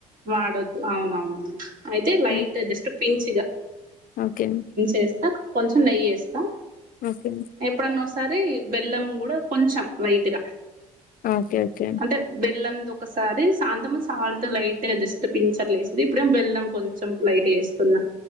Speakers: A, on the right (about 50°); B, on the left (about 50°).
A: వాడొద్దు అవునవునవును అయితే లైట్
B: హ్మ్.
A: జస్ట్ పించిగా
B: ఓకే.
A: యేస్తా కొంచెం నెయ్యి యేస్తా
B: ఓకే
A: ఎప్పుడన్నోసారి బెల్లం కూడా కొంచెం లైట్గా
B: ఓకే ఓకే
A: అంటే బెల్లం ఒకసారి సాంతమ సాల్ట్ లైట్ గా జస్ట్ పించర్ లేస్తుంది ఇప్పుడే బెల్లం కొంచెం లైట్ గా వేస్తున్నా